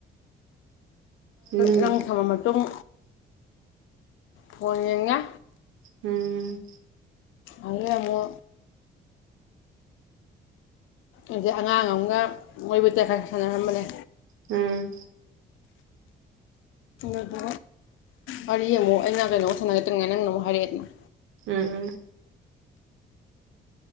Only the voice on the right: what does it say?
ꯎꯝ
ꯎꯝ
ꯎꯝ
ꯎꯝ